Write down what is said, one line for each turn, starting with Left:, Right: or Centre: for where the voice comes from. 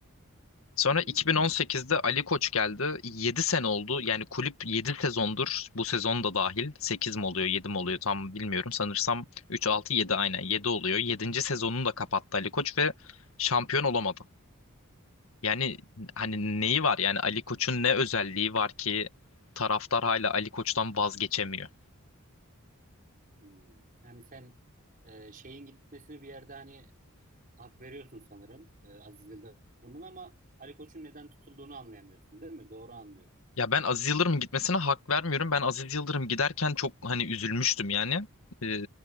Left: Sonra
Right: Hmm.
Left: 2018'de Ali Koç geldi. 7 sene oldu. Yani kulüp yedi sezondur. Bu sezon da dahil. 8 mi oluyor, 7 mi oluyor tam bilmiyorum. Sanırsam üç altı yedi aynen Yedi oluyor. Yedinci sezonunu da kapattı Ali Koç ve şampiyon olamadı. Yani hani neyi var? Yani Ali Koç'un ne özelliği var ki taraftar hala Ali Koç'tan vazgeçemiyor?
Right: Hmm. Yani sen e, şeyin gitmesini bir yerde hani hak veriyorsun sanırım e, Aziz Yıldırım'ın ama Ali Koç'un neden tutulduğunu anlayamıyorsun değil mi? Doğru anlıyorum.
Left: Ya ben Aziz Yıldırım'ın gitmesine hak vermiyorum. Ben Aziz Yıldırım giderken çok hani üzülmüştüm yani. Ee,